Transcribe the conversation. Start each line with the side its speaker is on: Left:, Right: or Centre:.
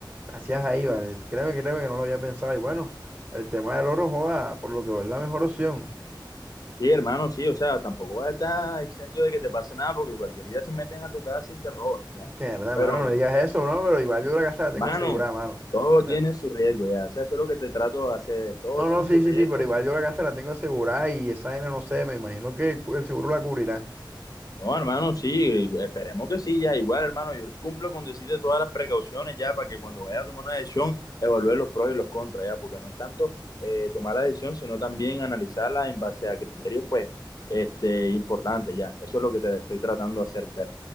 Right: gracias ahí, vale. Créeme, créeme que no lo había pensado. Y bueno, el tema del oro, joda, por lo que veo, es la mejor opción.
Left: Sí, hermano, sí, o sea, tampoco vas a estar exento de que te pase nada porque cualquier día se meten a tu casa y te roban, ya.
Right: Que verdad,
Left: Pero,
Right: mano, no digas eso, ¿no? Pero igual yo la casa la tengo
Left: mano,
Right: asegurada, mano.
Left: todo
Right: O sea,
Left: tiene su riesgo, ya, o sea, eso es lo que te trato de hacer, todo
Right: no,
Left: tiene
Right: no, sí,
Left: su riesgo
Right: sí, sí, pero igual yo la casa la tengo asegurada y esa vaina, no sé, me imagino que el cu- el seguro la cubrirá.
Left: No, hermano, sí, esperemos que sí, ya igual, hermano, yo cumplo con decirte todas las precauciones ya para que cuando vaya a tomar una decisión evalúe los pros y los contras ya, porque no es tanto eh, tomar la decisión, sino también analizarla en base a criterios, pues, este, importantes ya. Eso es lo que te estoy tratando de hacer ver.